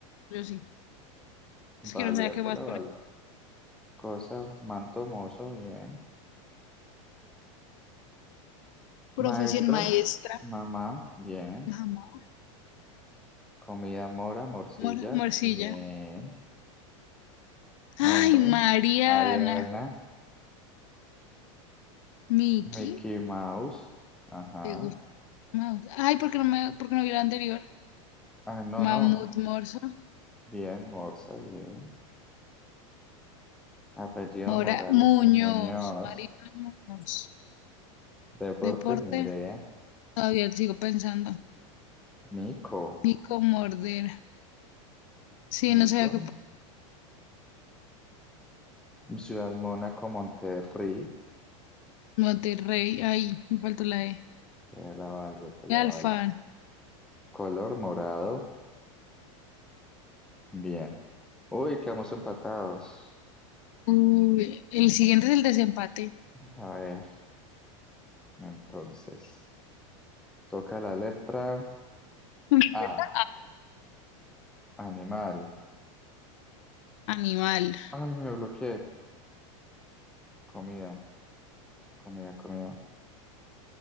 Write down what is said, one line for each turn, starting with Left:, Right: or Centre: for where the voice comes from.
Left: Yo sí.
Centre: Válida,
Left: Es que no sabía qué
Centre: te
Left: más
Centre: la
Left: poner.
Centre: valgo. Cosa, manto mozo, bien.
Left: Profesión
Centre: Maestra,
Left: maestra.
Centre: mamá, bien.
Left: Mamá.
Centre: Comida mora, morcilla,
Left: Mor- morcilla.
Centre: bien. Nombre,
Left: Ay, Mariana.
Centre: Mariana,
Left: Miki,
Centre: Mickey Mouse, ajá.
Left: ¿te gusta Maus? Ay, ¿por qué no me, por qué no vi la anterior?
Centre: Ah, no,
Left: Mamut
Centre: no,
Left: Morso,
Centre: bien, Morsa, bien. Apellido
Left: Mora,
Centre: Morales
Left: Muñoz,
Centre: y Muñoz.
Left: Mariana Muñoz.
Centre: Deporte,
Left: Deporte,
Centre: ni idea.
Left: todavía sigo pensando.
Centre: Mico,
Left: Nico Mordera. Sí,
Centre: Mico,
Left: no sabía que por
Centre: Ciudad Mónaco, Monterrey.
Left: Monterrey. Ay, me faltó la E.
Centre: Te la valgo, te la
Left: Alfán.
Centre: valgo. Color morado. Bien. Uy, quedamos empatados.
Left: Uy, el siguiente es el desempate.
Centre: A ver, entonces. Toca la letra
Left: Respuesta
Centre: A. Animal.
Left: A. Animal.
Centre: Ay, me bloqueé. Comida, comida, comida.